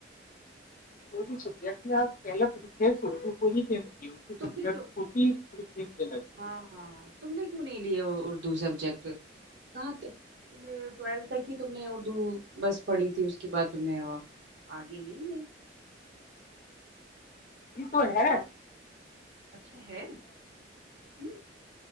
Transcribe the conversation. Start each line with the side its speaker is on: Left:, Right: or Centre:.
Left: وہ بھی سبجیکٹ آپ پہل طری سو کو س <unintelligible> ٹھیک
Right: تم نے کیوں
Left: ٹھیک د <unintelligible>
Right: ہاں ہاں ہاں تم نے کیوں نہیں لیا اردو سبجیکٹ کہاں ٹول تک ہی تم نے اردو بس پڑھی تھی اس کے بعد تم نے وہ آگے لی نہیں
Left: یہ تو ہے
Right: ماس اچھا ہے ہ